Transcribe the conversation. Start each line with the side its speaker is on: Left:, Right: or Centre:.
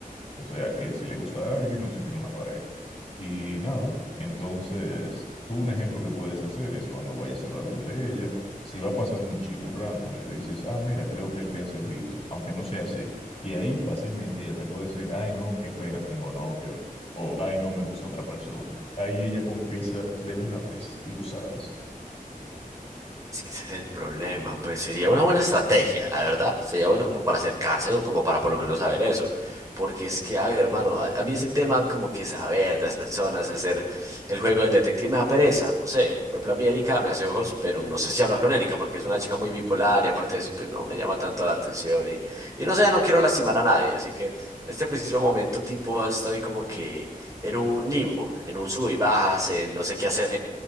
Left: O sea, que si le gusta a alguien o si tiene una pareja. Y nada, entonces tú un ejemplo que puedes hacer es cuando vayas a hablar donde ella, si va pasando un chico random, le dices, ah, mira, creo que él te hace ojitos, aunque no sea así. Y ahí fácilmente ella te puede decir, ay, no, qué pena, tengo novio, o ay, no, me gusta otra persona. Ahí ella confiesa de una vez y lo sabes.
Right: Ese es el problema, pues sería una buena estrategia, la verdad. Sería bueno como para acercarse o como para por lo menos saber eso. Porque es que, a ver, hermano, a, a mí ese tema como que saber de las personas, hacer el juego del detective me da pereza, no sé. Por ejemplo, a mí Erika me hace ojos, pero no sé si hablar con Erika porque es una chica muy bipolar y aparte de eso, pues no me llama tanto la atención y, y no sé, no quiero lastimar a nadie. Así que en este preciso momento, tipo, estoy como que en un limbo, en un sub y bajas, en no sé qué hacer